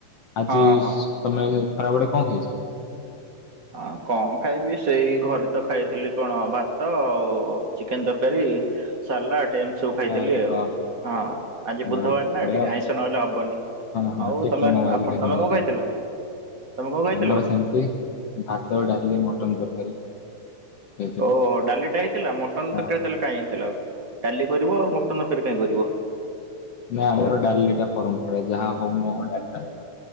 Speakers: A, on the left (about 60°); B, on the right (about 55°).
A: ଆଜି
B: ହଁ ହଁ।
A: ତମେ ଖରାବେଳେ କଣ ଖାଇଛ?
B: ହଁ କଣ ଖାଇବି ସେଇ ଘରେତ ଖାଇଥିଲି କଣ ଭାତ ଆଉ ଚିକେନ୍ ତରକାରୀ ସାଲାଟ୍ ଏମିତି ସବୁ ଖାଇଥିଲି
A: ଆରେ
B: ଆଉ
A: ବାପରେ
B: ହଁ ଆଜି ବୁଧବାରେନା
A: ବାପରେ ବଢିଆ
B: ଟିକେ ଆଇଁଷ ନହେଲେ ହବନି।
A: ହଁ ହଁ
B: ଆଉ
A: ଟିକେ
B: ତମେ
A: ନ ବାଜିଲେ
B: ଆପ
A: କେମିତି
B: ତମେ କଣ
A: ହବ।
B: ଖାଇଥିଲ? ତମେ କଣ ଖାଇଥିଲ?
A: ଆମର ସେମିତି ଭାତ ଡ଼ାଲି ମଟନ୍ ତରକାରୀ। ଖାଇଥିଲୁ।
B: ଓହୋ ଡାଲିଟା ହେଇଥିଲା ମଟନ୍
A: ହଁ
B: ତରକାରୀ ତାହେଲେ କାଇଁ ହେଇଥିଲା ଆଉ ଡାଲି କରିବ ଆଉ ମଟନ୍ ତରକାରୀ କାଇଁ କରିବ।
A: ନାଁ ଆମର ଡାଲିଟା ପରମ୍ପରା ଯାହା ହଉ ନଉ ଡାଲି